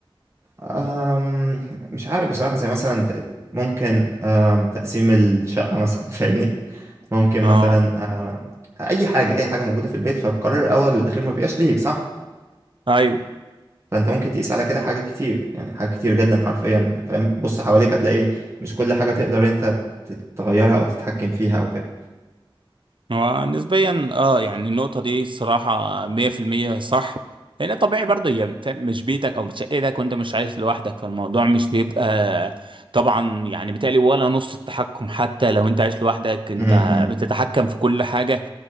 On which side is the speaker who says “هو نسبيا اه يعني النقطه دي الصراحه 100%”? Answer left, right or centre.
Right